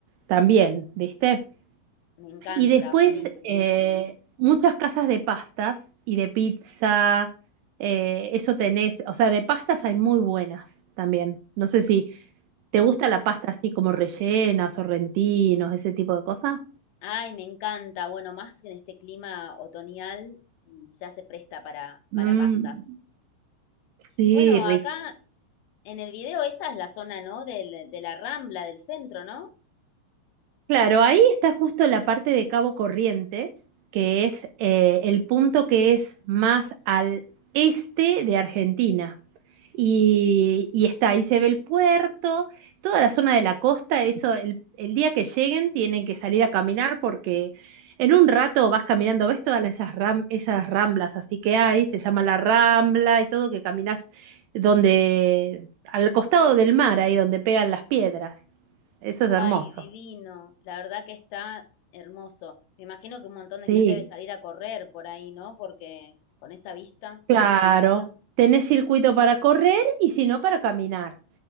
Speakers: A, on the right; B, on the left.
A: también, ¿viste?
B: Me encanta,
A: Y después
B: buenísimo.
A: eh, muchas casas de pastas y de pizza, eh, eso tenés, o sea, de pastas hay muy buenas también. No sé si te gusta la pasta así como rellena, sorrentinos, ese tipo de cosas.
B: Ay, me encanta. Bueno, más que en este clima otoñal mm, ya se presta para, para
A: Mm,
B: pastas.
A: sí,
B: Bueno, acá En el video esa es la zona, ¿no? Del- de la Rambla, del centro, ¿no?
A: Claro, ahí está justo la parte de Cabo Corrientes, que es eh, el punto que es más al este de Argentina. Y, y está, ahí se ve el puerto, toda la zona de la costa, eso, el, el día que lleguen tienen que salir a caminar porque en un rato vas caminando, ves todas esas, ram- esas ramblas así que hay, se llama la rambla y todo, que caminas donde, al costado del mar, ahí donde pegan las piedras. Eso es hermoso.
B: Ay, divino. La verdad que está hermoso. Me imagino que un montón de
A: Sí.
B: gente debe salir a correr por ahí, ¿no? Porque con esa vista,
A: Claro, tenés circuito para correr y si no para caminar.